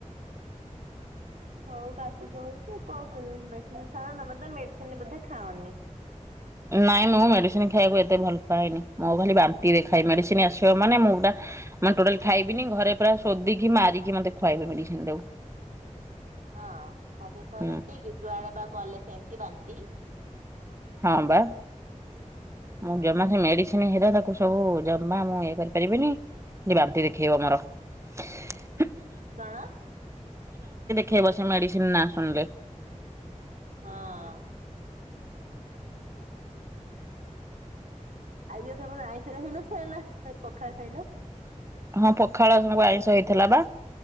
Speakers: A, on the right; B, on the right.
A: ହଉ କାଶୁଉଛ କଣ କରବ। ମେଡିସିନ ଖାଇବ, ତମେ ତ ମେଡିସିନ ବଧେ ଖା ନି।
B: ନାଇଁ ମୁଁ ମେଡିସିନ ଖାଇବାକୁ ଏତେ ଭଲ ପାଏନି, ମୋ ଖାଲି ବାନ୍ତି ଦେ ଖାଇ ମେଡିସିନ ଆସ ଅ ମାନ ମୁଁଟା ମାନେ ଟୋଟାଲ ଖାଇବିନି, ଘରେ ପୁରା ଶୋଧିକି ମାରିକି ମେ ଖୁଆଇବେ ମେଡିସିନ ଟାକୁ। <inaudible>
A: ହଁ ଖାଠ କଣ
B: ହୁଁ
A: ସେତିିକି ଯୁଆଡେ ବା ଗଲେ ସେମିତି ବାନ୍ତି।
B: ହଁ ବା
A: ହଁ।
B: ମୁଁ ଜମା ସେ ମେଡି ହେରା ତାକୁ ସବୁ ଜମା ମୁଁ ଇଏ କରିପାରିବିନି, ଖାଲି ବାନ୍ତି ଦେଖେଇବ ମୋର ହ <inaudible>
A: କଣ?
B: ଖାଇବସ ମେଡିସିନ ନା ଶୁଣିଲେ <unintelligible>
A: ହଁ। ଆଜଞ ତମର ଆଇଁଥରେ ହେଇନ ସେ ନା ପଖା ଖାଇଲ <unintelligible>
B: ହଁ ପଖାଳ ସହ ଆଇଁଷ ହେଇଥିଲା ବା